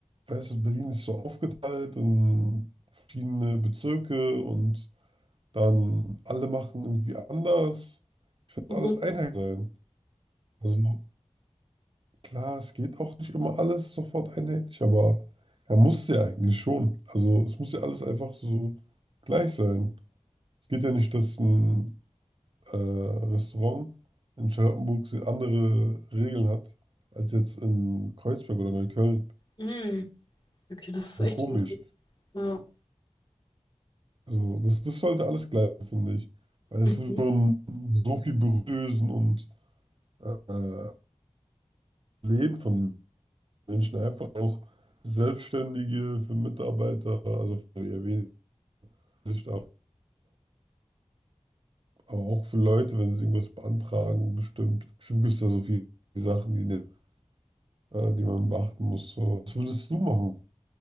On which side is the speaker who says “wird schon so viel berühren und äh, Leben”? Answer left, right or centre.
Right